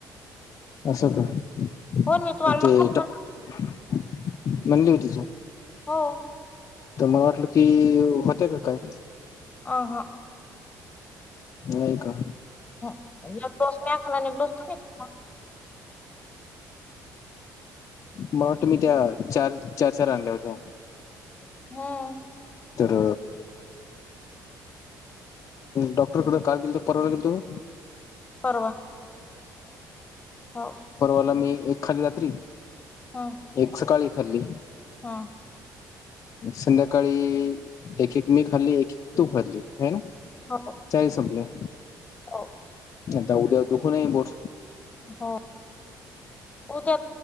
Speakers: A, on the left (about 45°); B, on the left (about 20°).
A: असं का
B: हो मी तुम्हाला
A: ते
B: मलाच म्हणा
A: म्हणली होती तू
B: हो
A: तर मला वाटलं की होते का काय
B: अ हा
A: नाही का
B: एकदोस मी खाला एकडोस तो म खाला
A: मग वा तम मी त्या चार चार चार आणल्या होत्या
B: हम
A: तर डॉक्टर कडे का बिलतो परवाला ब तो
B: परवा हो
A: परवाला मी एक खाली रात्री
B: हम्म
A: एक सकाळी खाल्ली
B: हम्म
A: संध्याकाळी एक एक मी खाल्ली एक एक तू खाल्ली आहे ना
B: हो
A: चचाईसपले
B: हो
A: ता उढ्या दुख नाही बोर
B: हो उद्या